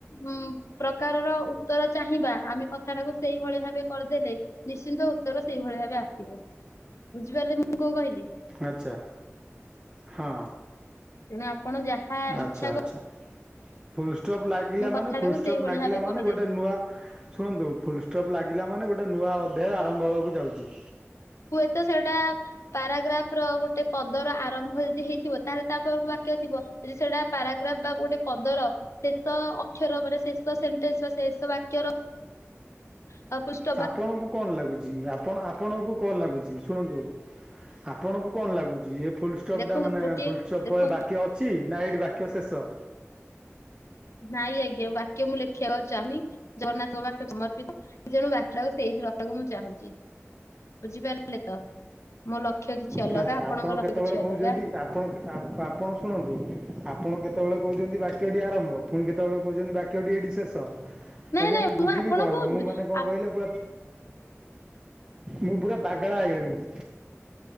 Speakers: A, on the left (about 70°); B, on the right (about 20°).
A: ଉଁ ପ୍ରକାରର ଉତ୍ତର ଚାହିଁବା ଆମେ କଥାଟାକୁ ସେଇଭଳି ଭାବେ କରିଦେଲେ। ନିଶ୍ଚିନ୍ତ ଉତ୍ତର ସେଇଭଳି ଭାବେ ଆସିବ ବୁଝିପାରିଲେ ମୁଁ କଣ କହିଲି?
B: ଆଚ୍ଛା ହଁ।
A: ତେଣୁ ଆପଣ ଯାହା
B: ଆଚ୍ଛା
A: ଇଚ୍ଛା
B: ଆଚ୍ଛା
A: କର
B: ଫୁଲ୍ ଷ୍ଟପ୍ ଲାଗିଲା
A: କଥାଟାକୁ
B: ମାନେ ଫୁଲ୍ ଷ୍ଟପ୍
A: ସେଇଭଳି
B: ଲାଗିଲା
A: ଭାବେ
B: ମାନେ
A: କହିଦେବି।
B: ଗୋଟେ ନୂଆ ଶୁଣନ୍ତୁ ଫୁଲ୍ ଷ୍ଟପ୍ ଲାଗିଲା ମାନେ ଗୋଟେ ନୂଆ ଅଧ୍ୟାୟ ଆରମ୍ଭ ହେବାକୁ ଯାଉଛି।
A: ହୁଏତ ସେଇଟା ପାରାଗ୍ରାଫ୍ ର ଗୋଟେ ପଦର ଆରମ୍ଭ ଯଦି ହେଇଥିବ ତାହେଲେ ତାପରକୁ ବାକ୍ୟ ଥିବ। ଯଦି ସେଟା ପାରାଗ୍ରାଫ ବା ଗୋଟେ ପଦର ଶେଷ ଅକ୍ଷର ମାନେ ଶେଷ ସେଣ୍ଟେନ୍ସ ବା ଶେଷ ବାକ୍ୟର ଆଉ <unintelligible>
B: ଆପଣଙ୍କୁ କଣ ଲାଗୁଛି ଆପଣ ଆପଣଙ୍କୁ କଣ ଲାଗୁଛି ଶୁଣନ୍ତୁ ଆପଣଙ୍କୁ କଣ ଲାଗୁଛି ଏ ଫୁଲଷ୍ଟପ୍
A: ଦେଖନ୍ତୁ
B: ଟା ମାନେ
A: ଗୋଟିଏ
B: ଫୁଲଷ୍ଟପ୍
A: ଦେଖନ୍ତୁ
B: ପରେ ବାକ୍ୟ ଅଛି ନା ଏଇଠ ବାକ୍ୟ ଶେଷ।
A: ନାଇଁ ଆଜ୍ଞା ବାକ୍ୟ ମୁଁ ଲେଖିବାକୁ ଆଉ ଚାହୁଁନି। ଜଗନ୍ନାଥଙ୍କ ପାଖରେ ସମର୍ପିତ ଜେଣୁ ବାଖ୍ୟା କୁ ସେଇଠି ରଖିବାକୁ ମୁଁ ଚାହୁଁଛି। ବୁଝିପାରିଲେ ତ ମୋ ଲକ୍ଷ୍ୟ କିଛି ଅଲଗା
B: ଆଚ୍ଛା
A: ଆପଣଙ୍କ
B: ଆପଣ କେତେବେଳେ
A: ଲକ୍ଷ୍ୟ କିଛି
B: କହୁଛନ୍ତି
A: ଅଲଗା।
B: ଆପଣ ଆପଣ ଶୁଣନ୍ତୁ ଆପଣ କେତେବେଳେ କହୁଛନ୍ତି ବାକ୍ୟଟି ଆରମ୍ଭ ପୁଣି କେତେବେଳେ କହୁଛନ୍ତି ବାକ୍ୟ ଟି ଏଇଠି ଶେଷ
A: ନାଇଁ
B: ଆଜ୍ଞା
A: ନାଇଁ
B: ମୁଁ ବୁଝିବି
A: ଆପଣଙ୍କୁ
B: କଣ ମୁଁ ମାନେ କଣ
A: ଆ
B: କହିଲେ ପୁରା ମୁ ପୁରା ପାଗେଳା ହେଇଗଲିଣି।